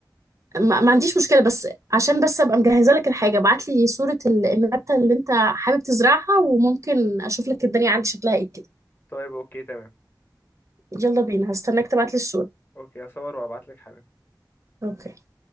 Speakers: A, on the right; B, on the left.
A: ما, ما عنديش مشكلة بس عشان بس أبقى مجهزة لك الحاجة ابعت لي صورة ال- النبتة اللي أنت حابب تزرعها وممكن أشوف لك الدنيا عندي شكلها إيه كده
B: طيب اوكي تمام
A: يلا بينا هستناك تبعت لي الصورة
B: اوكي هصور وابعت لك حالا
A: اوكي